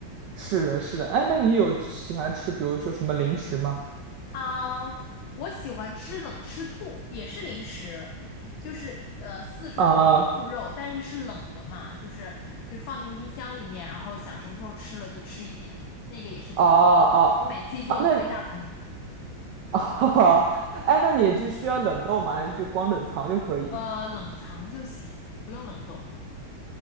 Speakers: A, on the right; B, on the left.
A: 是的，是的，哎，那你有喜欢吃，比如说什么零食吗？
B: 啊我喜欢吃冷吃兔，也是零食，就是呃四川的那种兔肉，
A: 啊
B: 但是是冷的嘛，就是就是放进冰箱里面，然后想什么时候吃了就吃一点，那个也是自己，
A: 啊啊
B: 我每次一做都做一大盆，
A: 啊，那 <laughs> 啊，哎，那你就需要冷冻吗？还是就光冷藏就可以？
B: 呃，冷藏就行，不用冷冻。